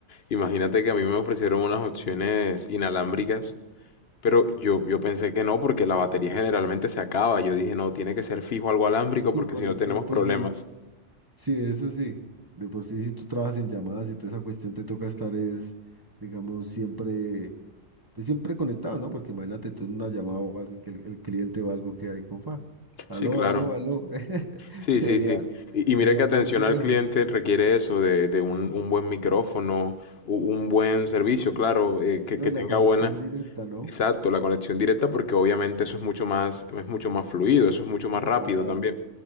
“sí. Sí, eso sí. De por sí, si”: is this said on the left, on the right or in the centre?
Right